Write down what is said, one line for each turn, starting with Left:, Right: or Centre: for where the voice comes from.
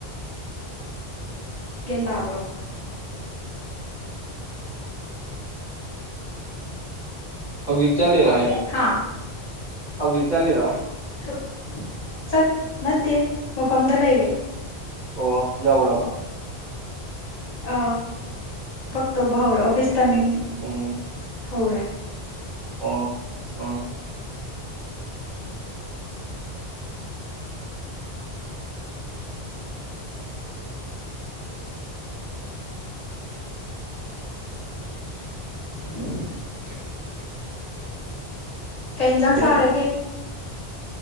Left: ꯒ꯭ꯌꯥꯟ ꯇꯥꯕ꯭ꯔꯣ <inaudible>
Right: ꯍꯧꯖꯤꯛ ꯆꯠꯂꯤꯔꯣ ꯍꯥꯏꯖꯦ
Left: ꯍꯥ
Right: ꯍꯧꯖꯤꯛ ꯆꯠꯂꯤꯔꯣ
Left: ꯊ ꯆꯠ ꯅꯠꯇꯦ ꯃꯐꯝꯗ ꯂꯩꯔꯦ
Right: ꯑꯣ ꯌꯧꯔꯕ
Left: ꯑꯥ ꯊꯕꯛ ꯇꯧꯕ ꯍꯧꯔꯦ ꯑꯣꯐꯤꯁ ꯇꯥꯏꯃꯤꯡ
Right: ꯎꯝ
Left: ꯍꯧꯔꯦ
Right: ꯑꯣ ꯑꯣ
Left: <inaudible> <unintelligible>
Right: <inaudible>
Left: ꯀꯩ ꯍꯤꯟꯖꯥꯡ
Right: ꯂꯩꯔꯤ
Left: ꯆꯥꯔꯒꯦ